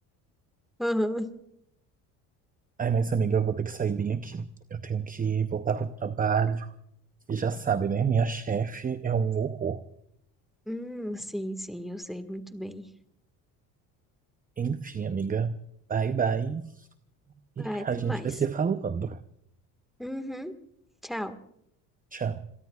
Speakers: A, in the centre; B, on the right.
A: Aham.
B: Ai, mas amiga, eu vou ter que sair bem aqui. Eu tenho que voltar pro trabalho. E já sabe, né? Minha chefe é um horror.
A: Hum, sim, sim, eu sei muito bem.
B: Enfim, amiga. Bye, bye. E
A: Ah, até
B: a gente
A: mais.
B: vai se falando.
A: Uhum. Tchau.
B: Tchau.